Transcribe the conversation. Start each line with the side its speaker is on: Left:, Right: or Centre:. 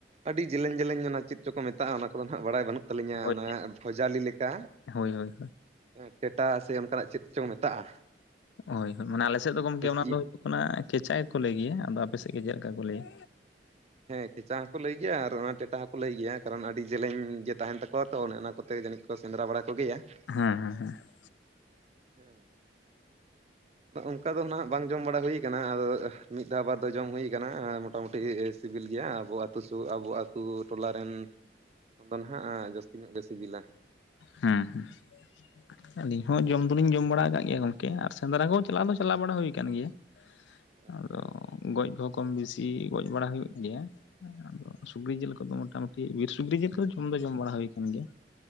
Right: ᱟᱹᱰᱤ ᱡᱮᱞᱮᱧ ᱡᱮᱞᱮᱧ ᱚᱱᱟ ᱪᱮᱫ ᱪᱚᱠᱚ ᱢᱮᱛᱟᱜ-ᱟ᱾ ᱚᱱᱟ ᱠᱚᱫᱚ ᱱᱟᱦᱟᱜ ᱵᱟᱲᱟᱭ ᱵᱟᱹᱱᱩᱜ ᱛᱟᱞᱤᱧᱟ
Left: ᱦᱳᱭ
Right: ᱚᱱᱟ ᱵᱷᱚᱡᱟᱞᱤ ᱞᱮᱠᱟ
Left: ᱦᱳᱭ ᱦᱳᱭ
Right: ᱮᱸ ᱴᱮᱴᱟ ᱥᱮ ᱚᱱᱠᱟᱱᱟᱜ ᱪᱮᱫ ᱪᱚᱝ ᱢᱮᱛᱟᱜ-ᱟ ᱾
Left: ᱦᱳᱭ ᱢᱟᱱᱮ ᱟᱞᱮ ᱥᱮᱫ ᱫᱚ ᱜᱚᱢᱠᱮ ᱚᱱᱟ
Right: ᱤ
Left: ᱫᱚ ᱦᱩᱭᱩᱜ ᱠᱟᱱᱟ ᱠᱷᱮᱪᱟ ᱜᱮᱠᱚ ᱞᱟᱹᱭ ᱜᱮᱭᱟ ᱾ ᱟᱫᱚ ᱟᱯᱮ ᱥᱮᱫ ᱜᱮ ᱪᱮᱫ ᱞᱮᱠᱟ ᱠᱚ ᱞᱟᱹᱭᱟ?
Right: ᱦᱮᱸ ᱠᱷᱮᱪᱟ ᱦᱚᱸᱠᱚ ᱞᱟᱹᱭ ᱜᱮᱭᱟ ᱟᱨ ᱚᱱᱟ ᱴᱮᱴᱟ ᱦᱚᱸᱠᱚ ᱞᱟᱹᱭ ᱜᱮᱭᱟ᱾ ᱠᱟᱨᱚᱱ ᱟᱹᱰᱤ ᱡᱮᱞᱮᱧ ᱜᱮ ᱛᱟᱦᱮᱱ ᱛᱟᱠᱚᱣᱟ ᱛᱚ ᱚᱱᱮ ᱚᱱᱟ ᱠᱚᱛᱮ ᱡᱟᱹᱱᱤᱡ ᱠᱚ ᱥᱮᱸᱫᱽᱨᱟ ᱵᱟᱲᱟ ᱠᱚᱜᱮᱭᱟ ᱾
Left: ᱦᱮᱸ ᱦᱮᱸ ᱦᱮᱸ ᱾
Right: ᱦᱮᱸ ᱚᱱᱠᱟ ᱫᱚ ᱱᱟᱜ ᱵᱟᱝ ᱡᱚᱢ ᱵᱟᱲᱟ ᱦᱩᱭ ᱠᱟᱱᱟ ᱾ ᱟᱫᱚ ᱢᱤᱫ ᱫᱷᱟᱣ ᱵᱟᱨ ᱫᱷᱟᱣ ᱡᱚᱢ ᱦᱩᱭ ᱟᱠᱟᱱᱟ ᱢᱚᱴᱟᱢᱩᱴᱤ ᱥᱤᱵᱤᱞ ᱜᱮᱭᱟ᱾ ᱟᱵᱚ ᱟᱛᱩ ᱥᱚ ᱟᱵᱚ ᱟᱛᱩ ᱴᱚᱞᱟ ᱨᱮᱱ ᱟᱫᱚ ᱱᱟᱦᱟᱜ-ᱟ ᱡᱟᱹᱥᱛᱤ ᱧᱚᱜ ᱜᱮ ᱥᱤᱵᱤᱞᱟ ᱾
Left: ᱦᱮᱸ ᱦᱮᱸ ᱾ ᱟᱹᱞᱤᱧ ᱦᱚᱸ ᱡᱚᱢ ᱫᱚᱞᱤᱧ ᱡᱚᱢ ᱵᱟᱲᱟ ᱟᱠᱟᱫ ᱜᱮᱭᱟ ᱜᱚᱝᱠᱮ, ᱟᱨ ᱥᱮᱸᱫᱽᱨᱟ ᱠᱚ ᱪᱟᱞᱟᱣ ᱫᱚ ᱪᱟᱞᱟᱣ ᱵᱟᱲᱟ ᱦᱩᱭ ᱟᱠᱟᱱ ᱜᱮᱭᱟ ᱾ <inaudible>
Right: ᱟᱪᱪᱷᱟ,
Left: ᱜᱚᱡ ᱠᱚᱦᱚᱸ ᱠᱚᱢ ᱵᱮᱥᱤ ᱜᱚᱡ ᱵᱟᱲᱟ ᱦᱩᱭᱩᱜ ᱜᱮᱭᱟ, ᱟᱫᱚ ᱥᱩᱠᱨᱤ ᱡᱤᱞ ᱠᱚᱫᱚ ᱢᱳᱴᱟ ᱢᱩᱴᱤ ᱵᱤᱨ ᱥᱩᱠᱨᱤ ᱡᱤᱞ ᱠᱚ ᱡᱚᱢ ᱫᱚ ᱡᱚᱢ ᱵᱟᱲᱟ ᱦᱩᱭ ᱟᱠᱟᱱ ᱜᱮᱭᱟ᱾